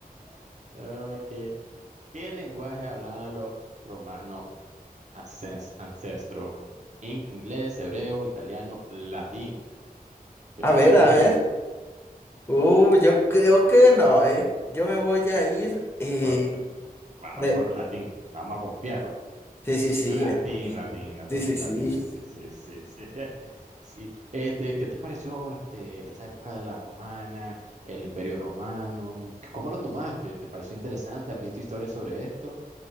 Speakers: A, on the right (about 50°); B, on the left (about 15°).
A: Okay. ¿Qué lenguaje hablaban los romanos ancest- ancestros? In- Inglés, hebreo, italiano, latín. Creo
B: a ver,
A: que hebreo.
B: a ver. Uh, yo creo que no, ¿eh? Yo me voy a ir. eh,
A: Por- Vamos
B: pre-
A: a ir por latín. Vamos a confiar.
B: sí, sí, sí,
A: Latín,
B: en latín.
A: latín, latín,
B: Sí, sí, sí.
A: latín. Sí, sí, sí, sí, sí. <laughs> Sí. Este, ¿qué te pareció este, esta época de la romana, el imperio romano? ¿Cómo lo tomaste? ¿Te pareció interesante? ¿Has visto historias sobre esto?